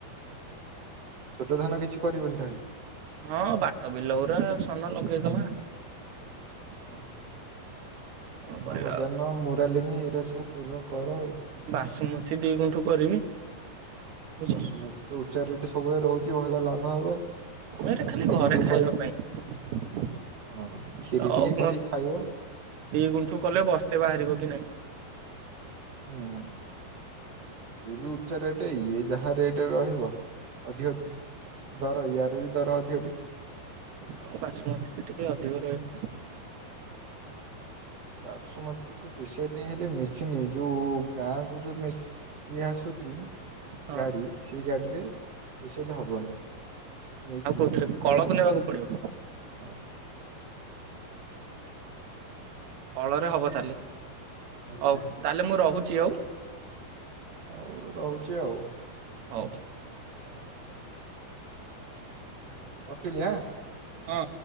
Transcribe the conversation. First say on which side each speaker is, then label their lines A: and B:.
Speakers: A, on the right; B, on the right.
A: ଛୋଟ ଧାନ କିଛି କରିବନି ତାହେଲେ।
B: ହଁ, ବାଟ ବିଲଗୁରା ସ୍ବର୍ଣ୍ଣ ଲଗେଇଦବା।
A: ଓହୋ
B: କଣ କରିବା
A: ନ ହଜାନ
B: ଆଉ
A: ମୁରଲିନୀ, ଏଇରା ସବୁ କୂର କର।
B: ବାସୁମତୀ ଦି ଗୁଣ୍ଠୁ କରିବି। ବୁଝି
A: ବସୁମତୀ ତ ଉଚ୍ଚା ରେଟ ସବୁବେଳେ ରହୁଛି, ଭଲ ଲାଭ ହବ।
B: ଏରେ ଖାଲି
A: କ୍ଷୀରି
B: ଘରେ
A: ଟିକେ
B: ଖାଇବା
A: କରି
B: ପାଇଁ।
A: ହଁ, ଖିରି
B: ତ
A: ଟିକେ କରିକି ଖାଇବ।
B: ଦି ଗୁଣ୍ଠୁ କଲେ, ବସ୍ତେ ବାହାରିବ କି ନାହିଁ?
A: ହୁଁ, ସିଏ ବି ଉଚ୍ଚା ରେଟ୍ ଇଏ ଯାହା ରେଟ୍ ରହିବ। ଅଧିକ ଦର ୟାର ବି ଦର ଅଧିକ ଟିକେ।
B: ଆଉ, ବାସୁମତୀରେ ଟିକେ ଅଧିକ ରହିବ।
A: ବାସୁମତୀକୁ ପେସେଇବା ପାଇଁ ହେଲେ ମେସିନ ଯୋଉ ଗାଁକୁ ଯୋଉ ମେସ ଇଏ ଆସୁଛି
B: ନା ହଁ
A: ଗାଡ଼ି ସେ ଗାଡ଼ିରେ ପେଷେଇଲେ ହବନି। ନେଇକି
B: ଆଉ କୋଉଥିରେ? କଳକୁ ନବାକୁ ପଡ଼ିବ।
A: ହଁ,
B: କଳରେ ହବ ତାଲେ,
A: ଭଲ
B: ହଉ
A: ହବ
B: ତାହେଲେ ମୁ ରହୁଛି ଆଉ।
A: ହଉ, ରହୁଛି ଆଉ।
B: ହଉ,
A: ହ ରଖିଲି ଆଁ।
B: ହଁ,